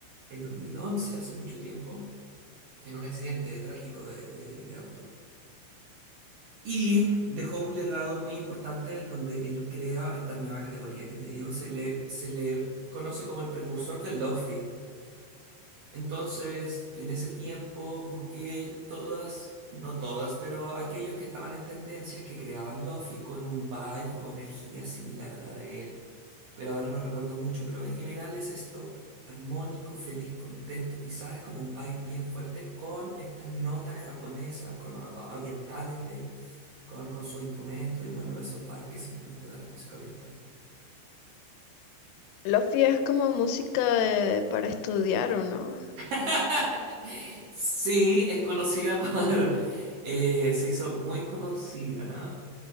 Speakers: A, on the right; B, on the left.
A: el 2011, hace mucho tiempo, en un accidente trágico de, de- de auto. Y dejó un legado muy importante en donde él crea esta nueva categoría que te digo, se le, se le conoce como el precursor del lofi. Entonces, en ese tiempo busqué todas, no todas, pero aquellos que estaban en tendencias que creaban lofi con un vibe o energía similar a la de él. Pero ahora no recuerdo mucho, pero en general es esto armónico, feliz, contento, quizás es como un vibe bien fuerte con estas notas japonesas, con o- orientales de, con, con su instrumento y bueno, esos vibes que simplemente da la música oriental.
B: Lofi es como música de- para estudiar, ¿o no?
A: <laughs> Sí, es conocida por... eh, se hizo muy conocida